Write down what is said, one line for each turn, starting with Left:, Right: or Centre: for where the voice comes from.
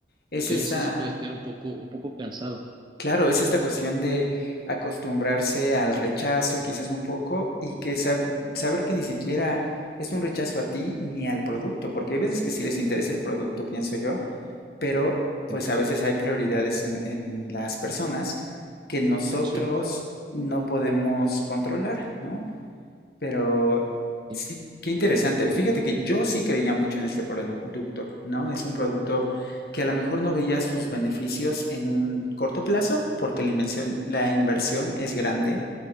Left: es
Right: Y
Left: esta,
Right: eso sí puede ser un poco, un poco cansado.
Left: claro, es esta cuestión de acostumbrarse al rechazo quizás un poco y que sab- saber que ni siquiera es un rechazo a ti ni al producto, porque hay veces que sí les interesa el producto, pienso yo, pero pues
Right: Mm,
Left: a veces hay prioridades en, en las personas que nosotros
Right: Sí,
Left: no podemos controlar, ¿no? Pero
Right: sí,
Left: sí, qué interesante. Fíjate que yo sí creía mucho en este producto, ¿no? Es un producto que a lo mejor no veía sus beneficios en un corto plazo, porque la invención- la inversión es grande,